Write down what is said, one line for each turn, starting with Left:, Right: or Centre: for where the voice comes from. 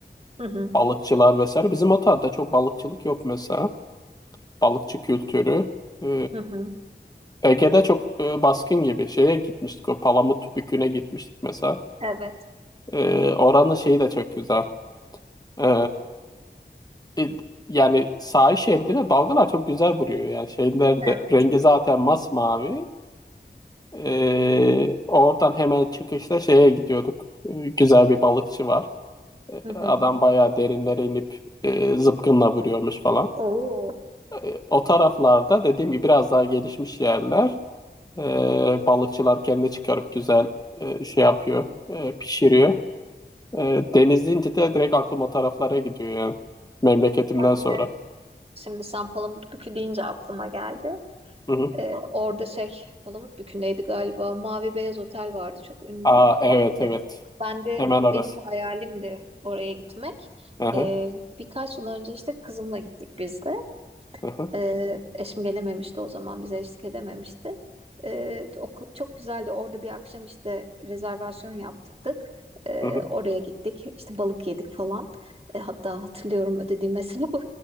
Right: Hı hı.
Left: Balıkçılar vesaire. Bizim o tarafta çok balıkçılık yok mesela. Balıkçı kültürü. E,
Right: Hı hı.
Left: Ege'de çok e, baskın gibi. Şeye gitmiştik o Palamut Bükü'ne gitmiştik mesela.
Right: Evet.
Left: E, oranın şeyi de çok güzel. E, E, Yani sahil şeridine dalgalar çok güzel vuruyor. Yani şeyler
Right: Evet.
Left: de rengi zaten masmavi. E, oradan hemen çıkışta şeye gidiyorduk. E, güzel bir balıkçı var. E,
Right: Hı hı.
Left: adam bayağı derinlere inip e, zıpkınla vuruyormuş falan.
Right: Oo.
Left: E, o taraflarda dediğim gibi biraz daha gelişmiş yerler. E, balıkçılar kendi çıkarıp güzel e, şey yapıyor, e, pişiriyor. E, deniz deyince de direkt aklım o taraflara gidiyor yani memleketimden
Right: Ben
Left: sonra.
Right: de şimdi sen Palamutbükü deyince aklıma geldi.
Left: Hı hı.
Right: Ee, orada şey Palamutbükü'ndeydi galiba. Mavi Beyaz Otel vardı çok ünlü.
Left: Aa evet evet.
Right: Ee, Ben de
Left: Hemen orası.
Right: benim de hayalimdi oraya gitmek.
Left: Hı hı,
Right: Ee, birkaç yıl önce işte kızımla gittik biz de.
Left: hı hı,
Right: Ee, eşim gelememişti o zaman bize eşlik edememişti. Ee, o k- çok güzeldi. Orada bir akşam işte rezervasyon yaptırdık. Ee,
Left: hı hı.
Right: oraya gittik. İşte balık yedik falan. Ee, hatta hatırlıyorum ödediğim hesabı.